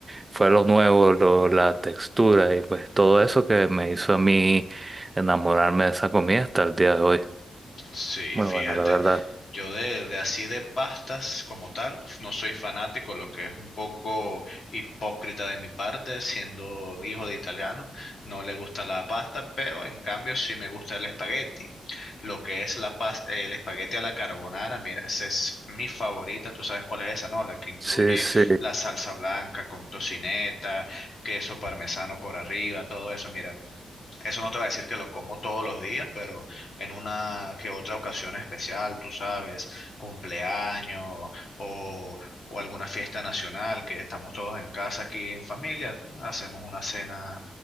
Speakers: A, on the right (about 20°); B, on the left (about 55°).
A: fue lo nuevo, lo- la textura y pues todo eso que me hizo a mí enamorarme de esa comida hasta el día de hoy.
B: Sí,
A: Muy
B: fíjate,
A: bueno, la verdad.
B: yo de, de así de pastas como tal, no soy fanático, lo que es un poco hipócrita de mi parte, siendo hijo de italiano, no le gusta la pasta, pero en cambio sí me gusta el espagueti. Lo que es la pas- el espagueti a la carbonara, mira, esa es mi favorita, tú sabes cuál es esa, ¿no? La que incluye
A: Sí, sí.
B: la salsa blanca con tocineta, queso parmesano por arriba, todo eso, mira. Eso no te va a decir que lo como todos los días, pero en una que otra ocasión especial, tú sabes, cumpleaños o, o alguna fiesta nacional, que estamos todos en casa aquí en familia, hacemos una cena,